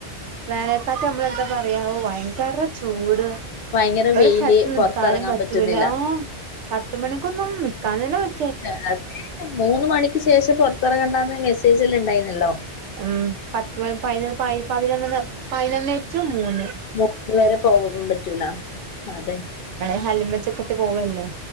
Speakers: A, on the right (about 80°); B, on the left (about 60°).
A: വേനൽ കാലത്ത് നമ്മളെന്താ പറയാ ഒ ഭയങ്കര ചൂട്
B: ഭയങ്കര
A: ഒരു
B: വെയില്
A: സ്ഥലത്ത് നിക്കാനും
B: പൊറത്തെറങ്ങാൻ
A: പറ്റൂല
B: പറ്റുന്നില്ല
A: ആ പത്തുമണിക്കൊന്നും നിക്കാൻ തന്നെ പ
B: അ അതെ മൂന്ന് മണിക്ക് ശേഷം പുറത്തിറങ്ങണ്ട മെസ്സേജല്ലാണ്ടായിന്നല്ലോ
A: ഉം പത്ത് പതിനൊന്ന് പതി പതിനൊന്ന് പതിനൊന്ന് റ്റു മൂന്ന്
B: <inaudible> ഇതുവരെ പോവാൻ പറ്റൂല അതെ
A: <unintelligible> പോവല്ലേ